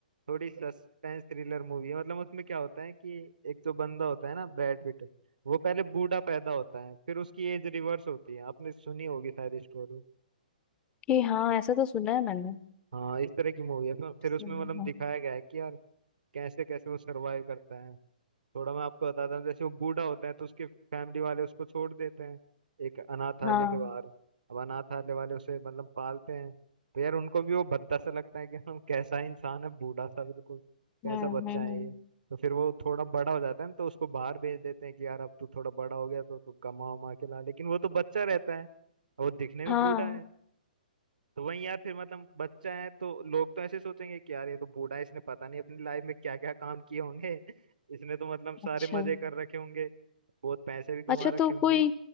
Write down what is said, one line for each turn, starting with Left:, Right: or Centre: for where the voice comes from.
Right: थोड़ी सस्पेंस थ्रिलर मूवी है मतलब उसमें क्या होता है कि एक जो बंदा होता है ना ब्रैड पिट वो पहले बूढ़ा पैदा होता है फिर उसकी एज रिवर्स होती है आपने सुनी होगी शायद स्टोरी
Left: कि हाँ ऐसा तो सुना है मैंने
Right: हाँ इस तरह की मूवी है फिर फिर
Left: सुना
Right: उसमें मतलब दिखाया
Left: है।
Right: गया है कि यार कैसे कैसे वो सरवाइव करता है थोड़ा मैं आपको बताता हूँ जैसे वो बूढ़ा होता है तो उसके फैमिली वाले उसको छोड़ देते हैं एक अनाथालय
Left: हाँ
Right: के बाहर अब अनाथालय वाले उसे मतलब पालते हैं तो यार उनको भी वो भद्दा सा लगता है कि हम कैसा इंसान है बूढ़ा सा बिल्कुल कैसा
Left: हम्म
Right: बच्चा
Left: हम्म
Right: है
Left: हम्म।
Right: ये तो फिर वो थोड़ा बड़ा हो जाता है ना तो उसको बाहर भेज देते हैं कि यार अब तू थोड़ा बड़ा हो गया तो तू कमा उमा के ला लेकिन वो तो बच्चा रहता है और वो दिखने में
Left: हाँ
Right: बूढ़ा है तो वही यार फिर मतलब बच्चा है तो लोग तो ऐसे सोचेंगे कि यार ये तो बूढ़ा है इसने पता नहीं अपनी लाइफ में क्या क्या काम किए होंगे <laughs> इसने तो मतलब सारे
Left: अच्छा
Right: मजे कर रखे होंगे बहुत पैसे भी कमा
Left: अच्छा तो
Right: रखे होंगे
Left: कोई